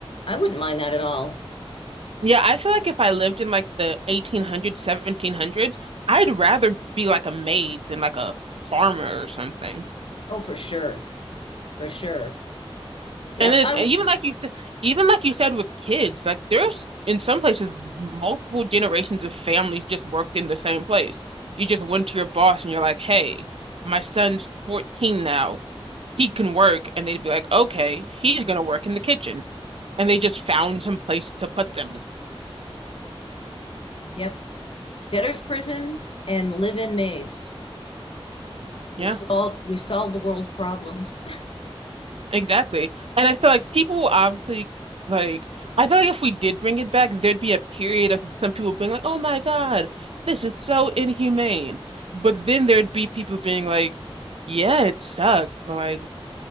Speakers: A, on the left; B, on the right.
A: I wouldn't mind that at all.
B: Yeah, I feel like if I lived in like the 1800s, 1700s, I'd rather be like a maid than like a farmer or something.
A: Oh, for sure. For sure. Yep.
B: And then it's,
A: I
B: and even like you said, even like you said with kids, like there's in some places multiple generations of families just worked in the same place. You just went to your boss and you're like, "Hey, my son's 14 now. He can work." And they'd be like, "Okay, he's gonna work in the kitchen." And they just found some place to put them.
A: yep. Debtor's prison and live-in maids. We've
B: Yeah.
A: solved we've solved the world's problems. <laughs>
B: Exactly. And I feel like people will obviously like I feel like if we did bring it back, there'd be a period of some people being like, "Oh my God, this is so inhumane." But then there'd be people being like, "Yeah, it sucks, but like